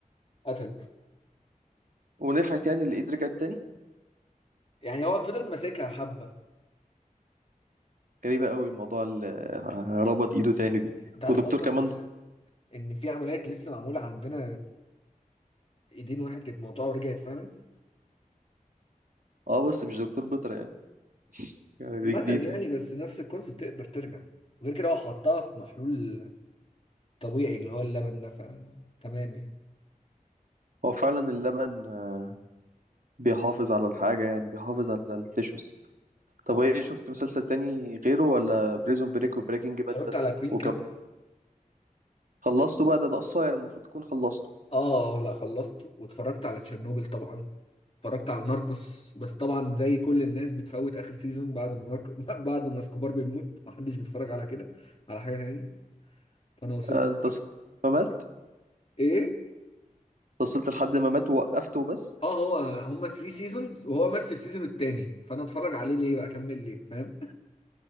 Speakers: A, on the left; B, on the right.
A: قتله
B: ونفعت يعني اللي ايد رجعت تاني
A: يعني هو فضل ماسكها حبه
B: غريبة قوي الموضوع اللي ربط ايده تاني دي
A: انت عارف
B: ودكتور
A: اصلا
B: كمان
A: ان في عمليات لسه معموله عندنا ايدين واحد كانت مقطوعه ورجعت فعلا
B: اه بس مش دكتور بيطري يعني يعني
A: مثلا
B: دي جديدة
A: يعني بس نفس الكونسيبت تقدر ترجع وغير كده هو حطها في محلول طبيعي اللي هو اللبن ده فتمام يعني
B: هو فعلا اللبن آه، بيحافظ على الحاجة يعني بيحافظ على التيشوز طب ايه شفت مسلسل تاني غيره ولا بريزون بريك وبريكنج باد
A: اتفرجت
B: بس
A: على كوين
B: وكم
A: كامب
B: خلصته بقى ده ده قصير المفروض تكون خلصته
A: اه لا خلصته واتفرجت على تشيرنوبل طبعا اتفرجت على ناركوس بس طبعا زي كل الناس بتفوت اخر سيزون بعد ما ناركو <laughs> بعد ما اسكوبار بيموت محدش بيتفرج على كده على حاجه تاني فانا وصلت
B: آه، انت وصلت ما مات
A: ايه
B: انت وصلت لحد ما مات ووقفته بس
A: اه هو هما 3 سيزونز وهو مات في السيزون التاني فانا اتفرج عليه ليه بقى اكمل ليه فاهم